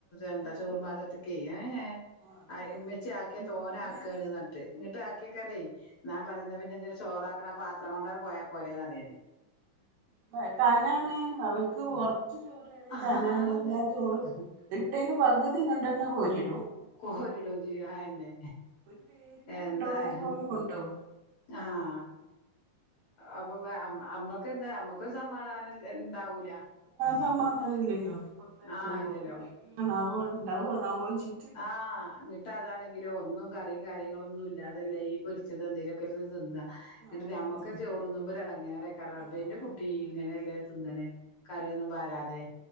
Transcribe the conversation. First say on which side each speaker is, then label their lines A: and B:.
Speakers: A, on the left; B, on the right.
A: എന്താ
B: ആഹ്
A: ചോറും പാത്രത്ത്ക്കെ എ ഏ
B: അതന്നെ
A: ആ ഇമ്മച്ചി
B: അതന്നെ
A: ആക്കിയ
B: ഇവിടെ
A: തോനെ
B: അതന്നെ
A: ആക്കാണ്
B: സ്ഥിതി
A: പറഞ്ഞിട്ട് ന്നിട്ട്
B: ആഹ്
A: ആക്കെയ്ക്കാരെ ഞാൻ പറഞ്ഞ ന്ന പിന്നെന്തിനാ ചോറാക്ക്ണെ ആ പത്രം കൊണ്ടങ്ങട് പോയാ പോരേന്ന് പറിയേനി
B: വയ്കാൽനാണ് അവർക്ക് കൊറച്ച് ചോറ് ഏറിയ
A: ഞാന്
B: കനാണ് പ്പ ഞാൻ ചോ
A: ആന്ന്
B: റ് ഇട്ടേന്ന് പകുതിയിങ്ങട്ടന്നെ കോരി യിടും
A: കോരിടും ചെയ്യും അതെന്നെ
B: ഒരു പേരിന്
A: എന്തായാലും
B: കൊണ്ടോണ പോലെ കൊണ്ടോവും
A: ആഹ് അപ്പൊ അമ്മക്ക് എന്താ അമ്മക്കൊരു സമാധാന ഇണ്ടാവൂല
B: സമാധനല്ലല്ലോ കൊടുത്തയക്കുമ്പോ
A: ആഹ് ഇല്ലല്ലോ
B: തെകയാണാവോ ണ്ടാവോണാവോ <unintelligible>
A: ആഹ് ന്ന്ട്ട് അതാണെങ്കിലോ ഒന്നും കറിം കാര്യങ്ങളൊന്നും ഇല്ലാതല്ലേ ഈ പൊരിച്ചത് എന്തേലൊക്കെ ആ തിന്ന
B: ആഹ്
A: ന്ന്ട്ട് ഞമ്മക്കെന്നെ
B: അതെ
A: ചോറ്ന്നുമ്പൊരെടങ്ങേറെയ്ക്കാരം റബ്ബേ
B: ആഹ്
A: ന്റെ കുട്ടി
B: അതന്നെയാണ്
A: ഇങ്ങനെല്ലേ തിന്ന്ണേ കറിയൊന്നും പാരാതെ